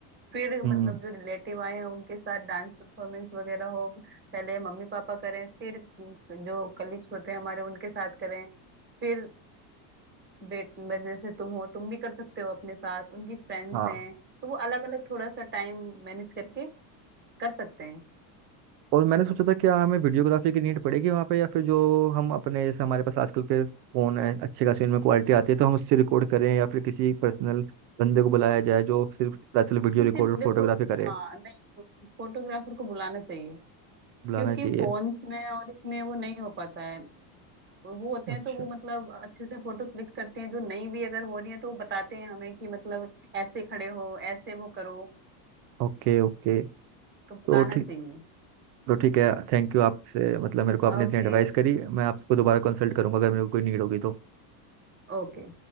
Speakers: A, on the right; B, on the right.
A: फिर मतलब
B: हम्म
A: जो रिलेटिव आए हैं उनके साथ डांस परफॉर्मेंस वगैरह हो पहले मम्मी पापा करें फिर जो कलीग्स होते हैं हमारे उनके साथ करें फिर बेट जैसे तुम हो तुम भी कर सकते हो अपने साथ उनकी फ्रेंड्स
B: हाँ
A: हैं तो वो अलग अलग थोड़ा सा टाइम मैनेज करके कर सकते हैं
B: और मैंने सोचा था क्या हमें वीडियोग्राफी की नीड पड़ेगी वहाँ पे या फिर जो हम अपने जैसे हमारे पास आजकल के फ़ोन है अच्छे खासी उनमें क्वालिटी आती है तो हम उससे रिकॉर्ड करें या फिर किसी पर्सनल बंदे को बुलाया जाए जो सिर्फ दरअसल वीडियो
A: किसी
B: रिकॉर्ड और
A: देखो
B: फोटोग्राफी करे
A: हाँ नहीं फोटोग्राफर को बुलाना चाहिए
B: बुलाना
A: क्योंकि
B: चाहिए
A: फोन्स में और इसमें वो नहीं हो पाता है वो वो होते
B: अच्छा
A: हैं तो वो मतलब अच्छे से फोटो क्लिक करते हैं जो नहीं भी अगर हो रही है तो वो बताते हैं हमें कि मतलब ऐसे खड़े हो ऐसे वो करो
B: Okay okay तो
A: तो बुलाना
B: ठीक
A: चाहिए
B: तो ठीक है थैंक यू आपसे मतलब मेरे को आपने
A: Okay
B: इतनी एडवाइस करी मैं आपको दोबारा कंसल्ट करूंगा अगर मेरे को कोई नीड होगी तो
A: okay